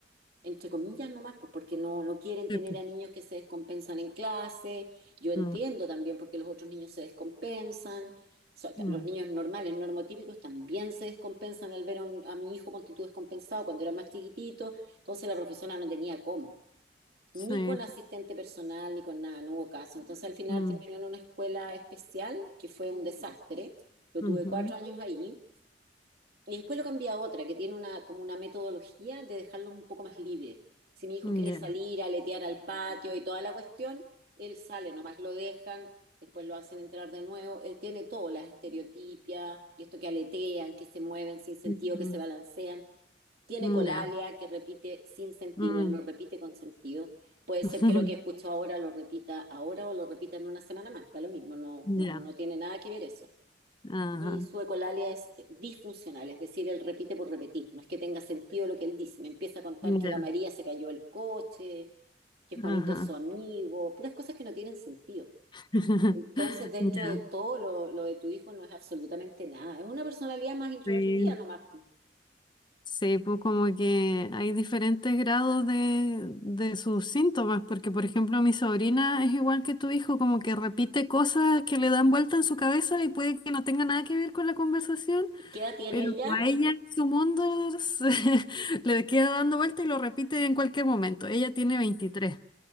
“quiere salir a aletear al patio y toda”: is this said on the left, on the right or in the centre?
Right